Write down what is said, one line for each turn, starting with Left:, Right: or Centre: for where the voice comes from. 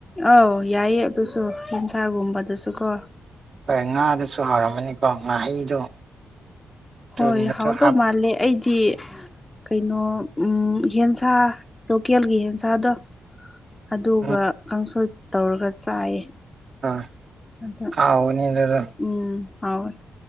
Left: ꯑꯧ ꯌꯥꯏꯌꯦ ꯑꯗꯨꯁꯨ ꯌꯦꯟꯁꯥꯒꯨꯝꯕꯗꯨꯁꯨ ꯀꯣ
Right: ꯍꯣꯏ ꯉꯥꯗꯨꯁꯨ ꯍꯥꯎꯔꯝꯃꯅꯤꯀꯣ ꯉꯥꯍꯩꯗꯣ ꯑꯗꯨꯒꯨꯝꯕꯗꯣ
Left: ꯍꯣꯏ ꯍꯥꯎ ꯗꯧ
Right: ꯍꯥꯞ
Left: ꯃꯥꯜꯂꯦ ꯑꯩ ꯗꯤ ꯀꯩꯅꯣ ꯎꯝ ꯌꯦꯟꯁꯥ ꯂꯣꯀꯦꯜꯒꯤ ꯌꯦꯟꯁꯥꯗꯣ ꯑꯗꯨꯒ
Right: ꯎꯝ
Left: ꯀꯥꯡꯁꯣꯏ ꯇꯧꯔꯒ ꯆꯥꯏꯌꯦ
Right: ꯑ
Left: ꯑꯗ
Right: ꯍꯥꯎꯒꯅꯤ ꯑꯗꯨꯗꯣ
Left: ꯎꯝ ꯍꯥꯎꯋꯦ